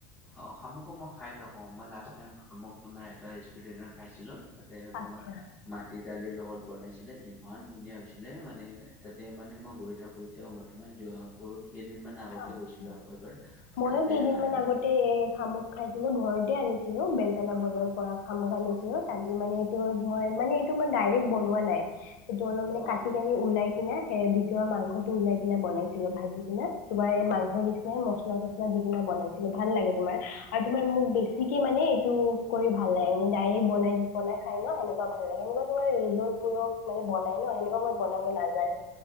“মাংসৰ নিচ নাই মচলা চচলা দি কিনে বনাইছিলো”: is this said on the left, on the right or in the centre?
Left